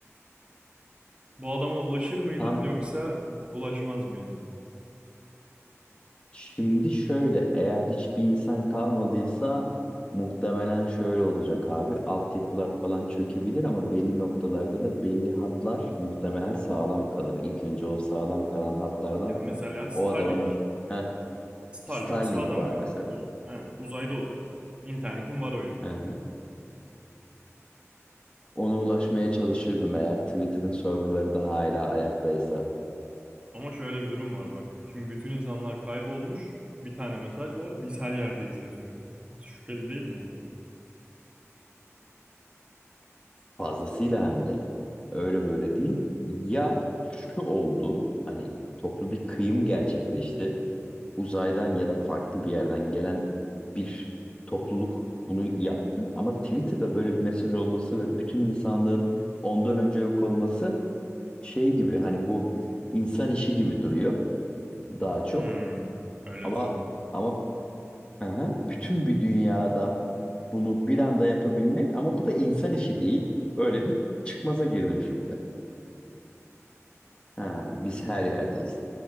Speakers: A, on the right; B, on the left.
A: Bu adama ulaşır mıydın
B: Tam
A: yoksa ulaşmaz mıydın?
B: Şimdi şöyle, eğer hiçbir insan kalmadıysa muhtemelen şöyle olacak abi. Altyapılar falan çökebilir ama belli noktalarda da belli hatlar muhtemelen sağlam kalır. İlk önce o sağlam kalan hatlardan
A: Yani mesela Starlink.
B: o adama muht Heh,
A: Starlink
B: Starlink
A: sağdam
B: var
A: kalınır.
B: mesela.
A: Aynen, uzayda o zaten. İnternetin var o yüzden.
B: Hı hı. Ona ulaşmaya çalışırdım eğer Twitter'ın serverları da hala ayaktaysa.
A: Ama şöyle bir durum var bak. Şimdi bütün insanlar kaybolmuş. Bir tane mesaj var. Biz her yerdeyiz yazıyor. <laughs> Şüpheli değil mi yani?
B: Fazlasıyla hem de. Öyle böyle değil. Ya şu oldu, hani toplu bir kıyım gerçekleşti. uzaydan ya da farklı bir yerden gelen bir topluluk bunu yaptı. Ama Twitter'da böyle bir mesaj olması ve bütün insanlığın ondan önce yok olması şey gibi hani bu insan işi gibi duruyor daha çok.
A: Hmm, öyle
B: Ama
A: düşündün.
B: ama aha, bütün bir dünyada bunu bir anda yapabilmek ama bu da insan işi değil. Öyle bir çıkmaza girdim şimdi. Ha, biz
A: Hmm.
B: her yerdeyiz.
A: <laughs>